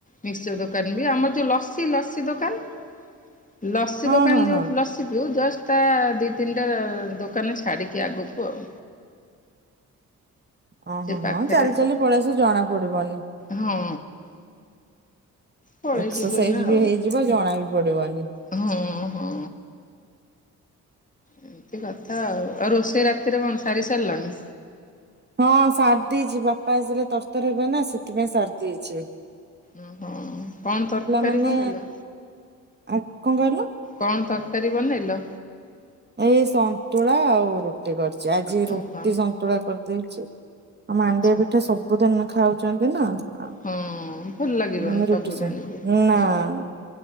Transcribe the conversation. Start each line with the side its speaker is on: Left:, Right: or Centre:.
Left: ମିକ୍ସଚର ଦୋକାନ ବି ଆମର ଯୋଉ ଲସି ଲସି ଦୋକାନଳ ଲସି
Right: ହଁ
Left: ଦୋକାନ
Right: ହଁ
Left: ଯୋଉ
Right: ହଁ।
Left: ଲସି ପିଉ ଜ ତା-ଆ-ଆ-ଆ ଦି ତିନିଟା ଦୋକାନ ଛାଡିକି ଆଗକୁ ଆଉ।
Right: ଓହୋ
Left: ସେ ପାଖରେ
Right: ହଁ ଚାଲି ଚାଲି ପଳେଇ ଆସିବୁ ଜଣା ପଡିବନି।
Left: ହଁ। ପଳେଇ
Right: ଏକ୍ସରସାଇଜ
Left: ଯିବୁ ଏଇନା
Right: ବି
Left: ଆଉ,
Right: ହେଇଯିବ ଜଣା ବି ପଡିବନି
Left: ହଁ ହଁ। ଏମିତି କଥା ଆଉ, ଆଉ ରୋଷେଇ ରାତିରେ କଣ ସାରି ସାରିଲାଣି?
Right: ହଁ ସାରି ଦେଇଛି ବାପା ଆସିଲେ ତରତର ହେବେ ନା ସେଥିପାଇଁ ସାରିଦେଇଛି।
Left: ଓହୋ କଣ ତରକାରୀ
Right: ମାନେ
Left: ବନେଲ?
Right: ଆଉ କଣ କହିଲ
Left: କଣ ତରକାରୀ ବନେଇଲ?
Right: ଏଇ ସନ୍ତୁଳା ଆଉ ରୁଟି କରିଛି। ଆଜି ରୁଟି
Left: ଓହୋ
Right: ସନ୍ତୁଳା କରିଦେଇଛି। ଆଉ ମାଣ୍ଡିଆ
Left: ଆଚ୍ଛା।
Right: ପିଠା ସବୁ ଦିନ ଖାଉଛନ୍ତି ନା। ଆ
Left: ହଁ ଭଲ ଲାଗିବନି
Right: ନାଇ ରୁଟି
Left: ସବୁଦିନ
Right: ସ
Left: ବି
Right: ନା-ଆ-ଆ।
Left: ହଁ